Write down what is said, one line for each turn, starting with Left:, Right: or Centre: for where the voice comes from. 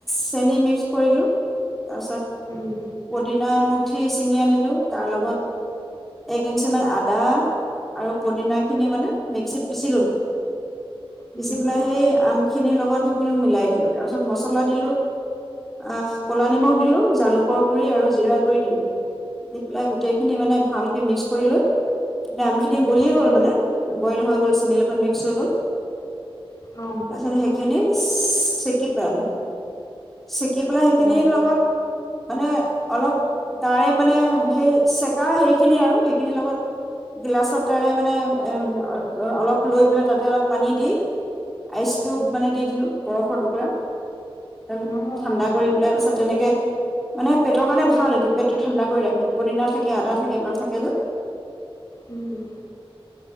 Centre: চেনি মিক্স কৰিলো তাৰ পিছত
Left: উম
Centre: পদিনা এমো পুঠি ছিঙি আনিলোঁ তাৰ লগত এক ইঞ্চিমান আদা আৰু পদিনাখিনি মানে মিক্সিত পিচি ল'লো, পিচি
Left: উম
Centre: পেলাই সেই আম খিনিৰ লগত হিনিও মিলাই দিলো তাৰ পিছত মছলা দিলো আ কলা নিমখ দিলো জালুকৰ গোৰি আৰু জিৰা গোৰি দিলো দি পেলাই গোতেখিনি মানে ভালকে মি‌ক্স কৰি লৈ আমখিনি গলি
Left: উম
Centre: গ'ল মানে বইল হৈ গ'ল চেনীৰ লগ লগত মিক্স হৈ গ'ল
Left: অ
Centre: তাৰপিছত সেইখিনি চেকিপাল চেকি পেলাই হেখিনিয়
Left: অ
Centre: লগত মানে অলপ তাৰে মানে সেই চেকা হেইখিনি আৰু হেইখিনিৰ লগত গিলাচত তাৰে মানে অ অলপ লৈ পেলাই তাতে অলপ পানী দি আইচ কিউব মানে দি দিলো বৰফৰ টুকুৰা এন
Left: অ
Centre: ঠাণ্ডা কৰি পেলাই তাৰপিছত তেনেকে মানে পেটৰ কাৰণে ভাল এইটো পেটটো ঠাণ্ডা কৰি ৰাখে পদিনা থাকে আদা থাকে এইবিলাক থাকে যে
Left: উম